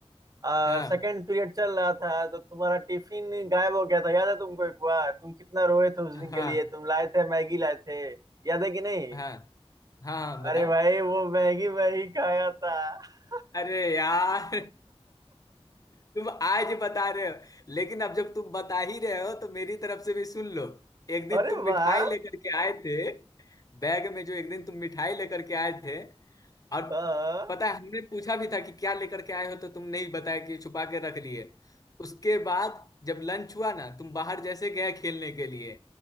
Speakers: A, on the right; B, on the left.
A: आ,
B: हाँ
A: सेकेंड पीरियड चल रहा था तो तुम्हारा टिफिन गायब हो गया था याद है तुमको एक बार तुम कितना रोए थे उस
B: हाँ
A: दिन
B: हाँ
A: के लिए तुम लाए थे मैगी लाए थे याद है कि नहीं
B: हाँ हाँ बताओ
A: अरे भाई वो मैगी मैं ही खाया था <laughs>
B: अरे यार तुम आज बता रहे हो लेकिन अब जब तुम बता ही रहे हो तो मेरी तरफ से भी सुन लो एक दिन
A: अरे
B: तुम मिठाई
A: वाह
B: लेकर के आए थे बैग में जो एक दिन तुम मिठाई लेकर के आए थे और
A: हाँ
B: पता है हमने पूछा भी था कि क्या लेकर के आए हो तो तुम नहीं बताया कि छुपा के रख लिए उसके बाद जब लंच हुआ ना तुम बाहर जैसे गए खेलने के लिए